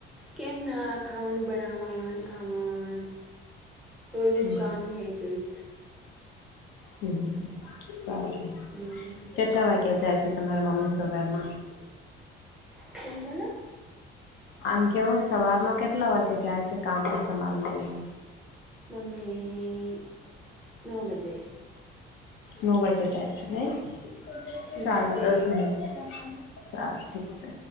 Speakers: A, in the centre; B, on the left (about 70°).
A: કેમ ના ખાવાનું બનાવાન ખાવાન? રોજનુ
B: હમ
A: કામ હે એ જોઈશ.
B: હ સારું
A: હમ્મ
B: કેટલા વાગ્યા જાય છે તમારા મમ્મી સવારમાં?
A: કોણ બોલો?
B: આમ કેવુ સવારમાં કેટલા વાગ્યે જાય છે કામ પર તમારા મમ્મી?
A: મમ્મી નવ બજે.
B: નવ વાગે જાય છે નઈ
A: ઠીક
B: સારું
A: છે
B: દસ મિનિટ. ચાલ ઠીક છે.